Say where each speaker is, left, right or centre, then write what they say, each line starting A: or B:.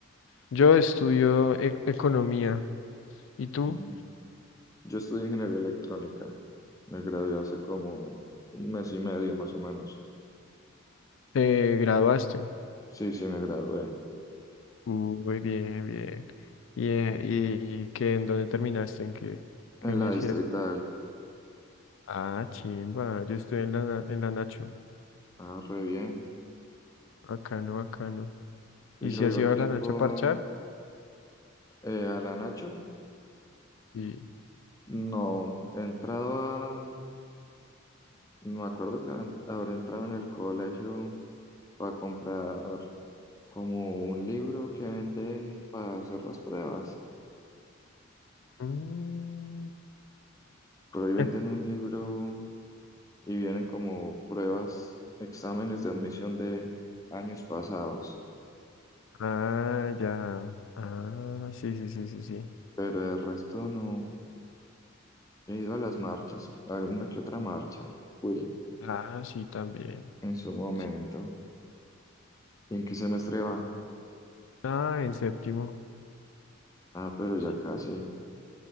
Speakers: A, on the left (about 65°); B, on the left (about 15°).
A: Yo estudio e- economía. ¿Y tú?
B: Mm, Yo estudio ingeniería electrónica. Me gradué hace como un mes y medio más o menos.
A: ¿Te graduaste?
B: Sí, sí, me gradué.
A: Muy bien, bien. ¿Y, eh, y qué, en dónde terminaste? ¿En qué, qué
B: En
A: universidad?
B: la distrital.
A: Ah, chimba, yo estoy en la, na- en la Nacho.
B: Ah, re bien.
A: Bacano, bacano.
B: Y
A: ¿Y
B: Yo
A: si has
B: vivo
A: ido
B: aquí
A: a la
B: por
A: Nacho a parchar?
B: eh, Alanacho.
A: Sí.
B: No, he entrado a... no Me acuerdo que hab- habré entrado en el colegio para comprar como un libro que venden para hacer las pruebas.
A: Mm.
B: Por ahí venden
A: <laughs>
B: un libro y vienen como pruebas, exámenes de admisión de años pasados,
A: Ah, ya. Ah, sí, sí, sí, sí, sí.
B: pero de resto no he ido a las marchas, a alguna que otra marcha. Fui
A: Ah, sí, también.
B: en su momento.
A: Sí,
B: ¿Y en qué semestre va?
A: Ah, en séptimo.
B: Ah, pero ya
A: sí.
B: casi.